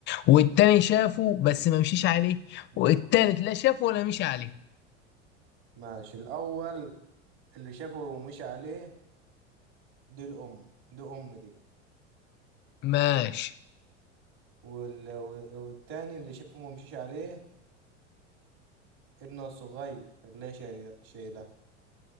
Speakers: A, on the left; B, on the right.
A: والتاني شافه بس ما مشيش عليه
B: ما-
A: والتالت لا شافه ولا مشي عليه
B: ماشي الأول اللي شافه ومشي عليه دي الأم دي أم دي
A: ماشي
B: وال... والتاني اللي شافه ما مشيش عليه ابنه الصغير خلاه شايل- شايلها